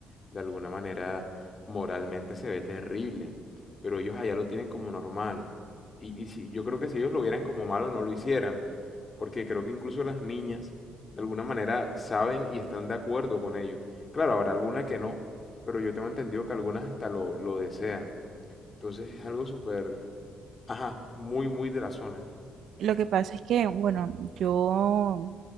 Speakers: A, on the left (about 35°); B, on the right (about 75°).
A: de alguna manera moralmente se ve terrible, pero ellos allá lo tienen como normal. Y, y si, yo creo que si ellos lo vieran como malo no lo hicieran, porque creo que incluso las niñas de alguna manera saben y están de acuerdo con ello. Claro, habrá alguna que no, pero yo tengo entendido que algunas hasta lo, lo desean. Entonces es algo súper, ajá, muy, muy de la zona.
B: lo que pasa es que, bueno, yo